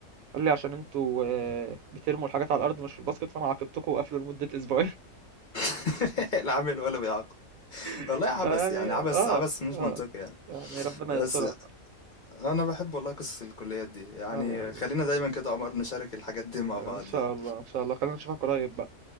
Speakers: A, on the right; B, on the left.
A: قال لي عشان انتوا آه، بترموا الحاجات على الارض مش في الباسكت فانا عاقبتكم وقفلوا لمدة اسبوعين
B: <laughs> لا عامل ولا بيعاقب
A: <laughs>
B: والله عبث
A: فيعني
B: يعني عبث
A: اه
B: عبث مش
A: اه
B: منطقي يعني
A: يعني ربنا
B: بس
A: يسترها
B: انا بحب والله قصص الكليات دي يعني
A: اه يلا
B: خلينا دايما كده يا عمر نشارك الحاجات دي مع
A: ان
B: بعض
A: شاء
B: يعني
A: الله ان شاء الله خلينا نشوفك قريب بقى